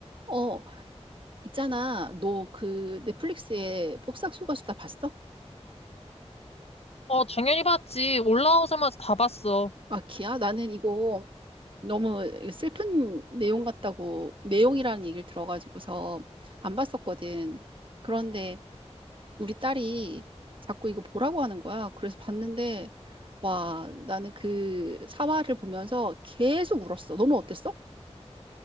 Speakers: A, on the right; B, on the left.
A: 어, 있잖아. 너 그 넷플릭스에 폭싹소가수 다 봤어?
B: 어, 당연히 봤지. 올라오자마자 다 봤어.
A: 아, 기야? 나는 이거 너무 슬픈 내용 같다고, 내용이라는 얘기를 들어가지고서 안 봤었거든. 그런데 우리 딸이 자꾸 이거 보라고 하는 거야. 그래서 봤는데, 와, 나는 그 사화를 보면서 계속 울었어. 너는 어땠어?